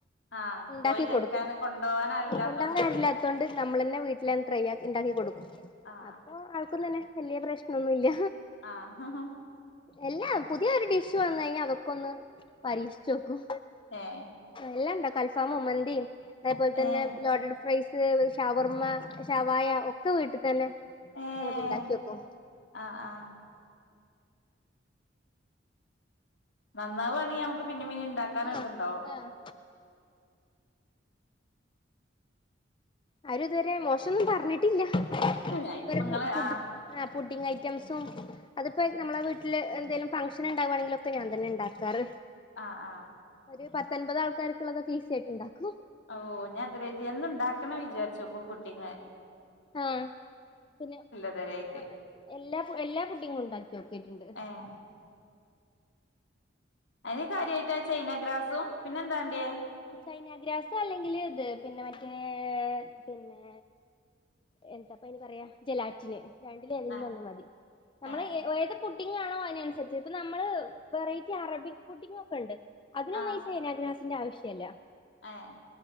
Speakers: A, on the left; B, on the left.
A: ആഹ്
B: ഇണ്ടാക്കി
A: പോയി കഴിക്കാന്
B: കൊടുക്കും
A: കൊണ്ടോവാൻ ആരും ഇല്ലാത്തോണ്ട്
B: കൊണ്ടോൻ നേരല്ലാത്തോണ്ട് നമ്മളന്നെ വീട്ടില് ട്രൈയാക്കി ഉണ്ടാക്കി കൊടുക്കും
A: ആഹ്
B: അപ്പൊ ആൾക്കും തന്നെ വല്യ പ്രശ്നൊന്നുല്ല
A: ആഹ്
B: എല്ലാ പുതിയ ഒരു ഡിഷ് വന്ന് കഴിഞ്ഞാ അതൊക്കെ ഒന്ന് പരീക്ഷിച്ച് നോക്കും
A: ഏഹ്
B: എല്ലാം ഇണ്ടാക്കും അൽഫാമും മന്തിയും അതേപോലെ തന്നെ
A: ഏഹ്
B: ലോടഡ് ഫ്രൈസ് ഷവർമ്മ, ഷവായ ഒക്കെ വീട്ട് തന്നെ
A: ഏഹ്
B: ഞങ്ങള് ഇണ്ടാക്കി നോക്കും
A: ആഹ് ആഹ് നന്നാവാണെങ്കി നമുക്ക് പിന്നെ പിന്നെ ഇണ്ടാക്കൻ
B: ആഹ്
A: ഒരിതുണ്ടാവും
B: ആഹ് ആരും ഇതുവരെ മോശം ഒന്നും പറഞ്ഞിട്ടില്ല
A: അയിനിപ്പ
B: അതുപോലെ
A: ഇങ്ങള്
B: പുഡി
A: ആഹ്
B: ആഹ് പുഡ്ഡിംങ് ഐറ്റംസും അതിപ്പോ നമ്മളെ വീട്ടില് എന്തേലും ഫംഗ്ഷൻ ഇണ്ടാവാണെങ്കിലൊക്കെ ഞാൻ തന്നെ ഇണ്ടാക്കാറ്
A: ആഹ് ആഹ്
B: ഒരു പത്തൻമ്പത് ആൾക്കാര്ക്ക് ഇള്ളതൊക്കെ ഈസി ആയിട്ട് ഇണ്ടാക്കും
A: ഓഹ് ഞാൻ <unintelligible> യേന്ന് ഇണ്ടാക്കണം വിചാരിച്ചു ഇപ്പോ പുഡ്ഡിംങ്
B: ആഹ് പിന്നെ
A: ഇതുവരായിട്ട്
B: ആഹ് എല്ലാ എല്ലാ പുഡിങ്ങും ഇണ്ടാക്കി നോക്കീട്ടുണ്ട്
A: ഏഹ് അതിന് കാര്യായിട്ടാ ചൈന ഗ്രാസും പിന്നെ എന്താ വാണ്ടിയെ?
B: ചൈനഗ്രാസ് അല്ലെങ്കില് ഇത് പിന്നെ മറ്റേ പിന്നെ എന്താപ്പ അയിന് പറയാ ജലാറ്റിന് രണ്ടില് ഏതെങ്കിലും
A: ഏഹ്
B: ഒന്ന് മതി നമ്മള്
A: ഏഹ്
B: ഈ ഏത് പുഡ്ഡിങ്ങാണോ അയിനനുസരിച്ച് ഇപ്പം നമ്മള് വെറൈറ്റി അറബിക് പുഡ്ഡിംങ് ഒക്കെ ഇണ്ട് അതിനൊന്നും
A: ആഹ്
B: ഈ ചൈനാഗ്രാസിന്റെ ആവശ്യം ഇല്ല
A: ഏഹ്